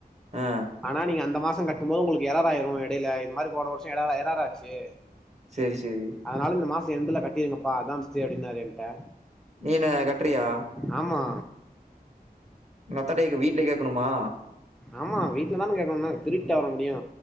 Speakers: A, on the right; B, in the centre.
A: ஆ
B: ஆனா நீங்க அந்த மாசோ கட்டும் போது உங்களுக்கு ஏரராய்ரு எடைல இது மாரி போன வர்ஷோ ஏரர் ஏரராய் ச்சு
A: சேரி சேரி
B: அதுனால இந்த மாச எண்டுல கட்டீருங்கப்பா அதா சேஃப்டின்னாரு என்ட்ட
A: நீ என்ன கட்றியா
B: ஆமா
A: மத்த டேக்கு வீட்ல கேக்கணுமா
B: ஆமா வீட்ல தான கேக்கணுன்ன திருடிட்டா வர முடியு